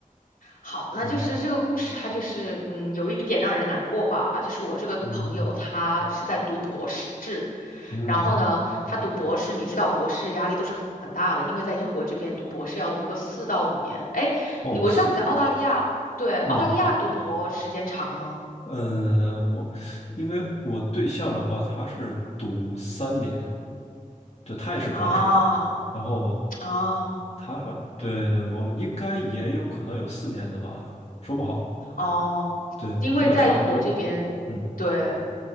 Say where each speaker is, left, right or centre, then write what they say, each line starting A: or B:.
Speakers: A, on the left; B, on the left.
A: 好，那就是这个故事它就是嗯有一点让人难过吧，
B: 嗯
A: 就是我这个朋友他是在读博士。
B: 嗯嗯，
A: 然后呢，他读博士，你知道博士压力都是很很大的，因为在英国这边读博士要读个四到五年。哎，
B: 哦，
A: 你我知道你在澳大利亚，
B: 是的，
A: 对，澳大利亚读博时间长吗？
B: 嗯呃，我因为我对象的话，他是读三年，对，他也是博士，
A: 啊
B: 然后
A: 啊。
B: 他好，对对，我应该也有可能有四年的吧，说不好，
A: 哦，
B: 对，
A: 因为在英国这边，
B: 可能差不多，嗯，
A: 对，